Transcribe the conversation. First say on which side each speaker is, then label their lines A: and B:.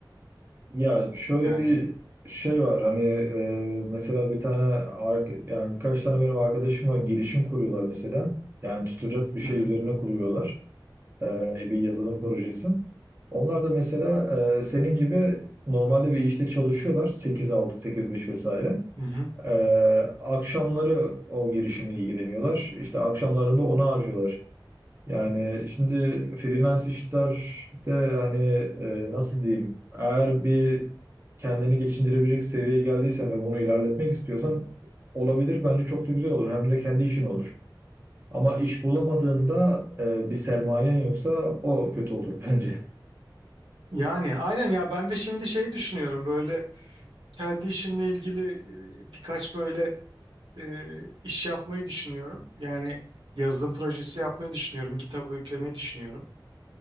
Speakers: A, on the right (about 30°); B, on the right (about 80°).
A: Ya şöyle
B: Yani
A: bir şey var hani e, mesela bir tane ark yani birkaç tane benim arkadaşım var girişim kuruyorlar mesela. Yani tutacak bir şey
B: hı hı,
A: üzerine kuruyorlar. E, bir yazılım projesi. Onlar da mesela e, senin gibi normalde bir işte çalışıyorlar sekiz altı sekiz beş vesaire.
B: hı hı.
A: E, akşamları o girişimle ilgileniyorlar. İşte akşamlarında onu harcıyorlar. Yani şimdi freelance işlerde hani e, nasıl diyeyim eğer bir kendini geçindirebilecek seviyeye geldiysen ve bunu ilerletmek istiyorsan olabilir bence çok da güzel olur hem de kendi işin olur. Ama iş bulamadığında e, bir sermayen yoksa o kötü olur <laughs> bence.
B: Yani aynen ya ben de şimdi şey düşünüyorum böyle kendi işimle ilgili e, birkaç böyle e, iş yapmayı düşünüyorum. Yani yazılım projesi yapmayı düşünüyorum. GitHub'a yüklemeyi düşünüyorum.